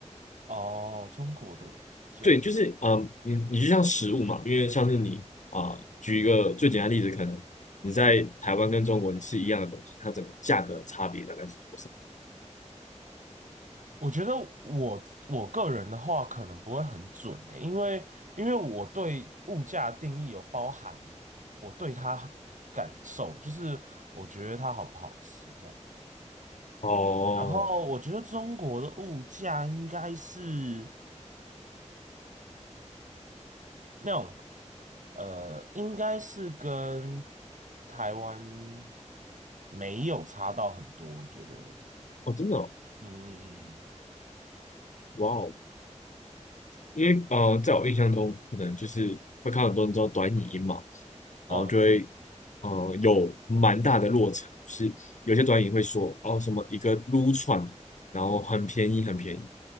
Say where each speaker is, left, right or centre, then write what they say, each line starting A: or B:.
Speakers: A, on the right; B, on the left.
A: 哦，中国的假
B: 对，就是嗯，你你就像食物嘛，因为像是你啊、举一个最简单的例子，可能你在台湾跟中国你吃一样的东西，它整个价格差别大概是多少？
A: 我觉得我我个人的话可能不会很准呢、因为因为我对物价的定义有包含我对它感受，就是我觉得它好不好吃这样。
B: 哦，
A: 然后我觉得中国的物价应该是那种呃，应该是跟台湾没有差到很多，我觉得。
B: 哦，真的哦，
A: 嗯嗯嗯
B: 哇哦，因为呃，在我印象中，可能就是会看很多人做短影音嘛，
A: 嗯。
B: 然后就会
A: 嗯
B: 呃有蛮大的落差，就是有些短影会说哦什么一个撸串，然后很便宜很便宜，